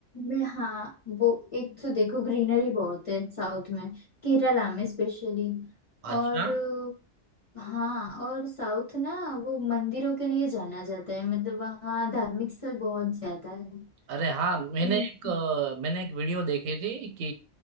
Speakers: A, on the left (about 40°); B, on the right (about 90°).
A: में हाँ वो एक तो देखो ग्रीनरी बहुत है साउथ में केरला में स्पेशली
B: अच्छा
A: और अ, हाँ और साउथ ना वो मंदिरों के लिए जाना जाता है मतलब वहाँ धार्मिक स्थल बहुत ज्यादा है
B: अरे हाँ मैंने
A: तुम
B: एक अ, मैंने एक वीडियो देखी थी कि